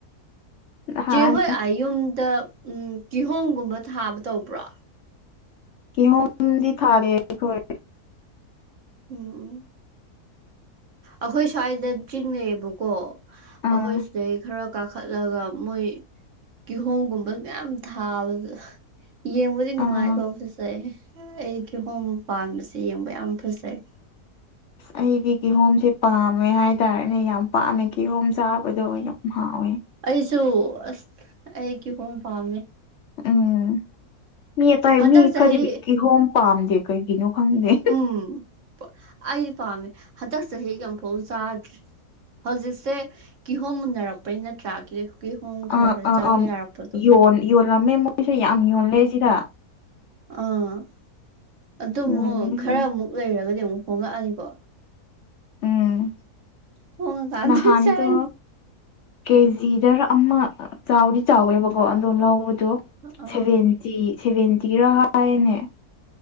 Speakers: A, on the left; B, on the right.
A: ꯅꯍꯥꯟ
B: ꯆꯦ ꯍꯣꯏ ꯑꯥ ꯌꯨꯝꯗ ꯎꯝ ꯀꯤꯍꯣꯝꯒꯨꯝꯕ ꯊꯥꯕ ꯇꯧꯕ꯭ꯔꯣ
A: ꯀꯍꯣꯝꯗꯤ ꯊꯥꯗꯦ ꯑꯩꯈꯣꯏ
B: ꯎꯝ ꯑꯩꯈꯣꯏ ꯁ꯭ꯋꯥꯏꯗ ꯆꯤꯡ ꯂꯩꯑꯦꯕꯀꯣ
A: ꯑꯥ
B: ꯑꯩꯈꯣꯏ ꯁꯤꯗꯩ ꯈꯔ ꯀꯥꯈꯠꯂꯒ ꯃꯣꯏ ꯀꯤꯍꯣꯝꯒꯨꯝꯕ ꯃꯌꯥꯝ ꯊꯥꯕꯗꯣ ꯌꯦꯡ ꯕꯨꯗꯤ ꯅꯨꯡꯉꯥꯏꯀꯣ
A: ꯑꯥ
B: ꯐꯖꯩ ꯑꯩꯗꯤ ꯀꯤꯍꯣꯝ ꯄꯥꯟꯕꯁꯦ ꯌꯦꯡꯕ ꯌꯥꯝ ꯐꯖꯩ
A: ꯑꯁ ꯑꯩꯗꯤ ꯀꯤꯍꯣꯝꯁꯦ ꯄꯥꯝꯃꯦ ꯍꯥꯏꯇꯥꯔꯦꯅꯦ ꯌꯥꯝ ꯄꯥꯝꯃꯦ ꯀꯤꯍꯣꯝ ꯆꯥꯕꯗꯣ ꯌꯥꯝ ꯍꯥꯎꯋꯦ
B: ꯑꯩꯁꯨ ꯑꯁ ꯑꯩ ꯀꯤꯍꯣꯝ ꯄꯥꯝꯃꯦ
A: ꯎꯝ ꯃꯤ ꯑꯇꯩ
B: ꯍꯟꯗꯛ
A: ꯃꯤ
B: ꯆꯍꯤ
A: ꯈꯔꯗꯤ ꯀꯤꯍꯣꯝ ꯄꯥꯝꯗꯦ ꯀꯩꯒꯤꯅꯣ ꯈꯪꯗꯦ
B: ꯎꯝ ꯑꯩꯗꯤ ꯄꯥꯝꯃꯦ ꯍꯟꯗꯛ ꯆꯍꯤꯒꯤ ꯑꯃꯨꯛꯐꯥꯎ ꯆꯥꯗ꯭ꯔꯤ ꯍꯧꯖꯤꯛꯁꯦ ꯀꯤꯍꯣꯝ ꯃꯨꯟꯅꯔꯛꯄꯩ ꯅꯠꯇ꯭ꯔꯥ ꯀꯤꯍꯣꯝ ꯈꯔ
A: ꯑꯥ
B: ꯈꯔ
A: ꯑꯥ
B: ꯆꯥꯕ
A: ꯑꯥ
B: ꯌꯥꯔꯛꯄꯗꯣ
A: ꯌꯣꯟ ꯌꯣꯜꯂꯝꯃꯦ ꯃꯣꯏꯁꯨ ꯌꯥꯝ ꯌꯣꯜꯂꯦ ꯁꯤꯗ
B: ꯑꯥ ꯑꯗꯨ ꯑꯃꯨꯛ
A: ꯃꯨꯟꯕꯒꯤ
B: ꯈꯔ ꯑꯃꯨꯛ ꯂꯩꯔꯒꯗꯤ ꯑꯃꯨꯛ ꯍꯣꯡꯉꯛꯑꯅꯤꯀꯣ
A: ꯎꯝ
B: ꯊꯣꯡꯉꯀꯥꯟꯗ
A: ꯅꯍꯥꯟꯗꯨ
B: ꯆꯥꯔ
A: ꯀꯦꯖꯤꯗꯔ ꯑꯃ ꯆꯥꯎꯗꯤ ꯆꯥꯎꯋꯦꯕꯀꯣ ꯑꯗꯣ ꯂꯧꯑꯦ ꯑꯗꯣ
B: ꯑꯥ
A: ꯁꯚꯦꯟꯇꯤ ꯁꯦꯚꯦꯟꯇꯤꯔ ꯍꯥꯏꯅꯦ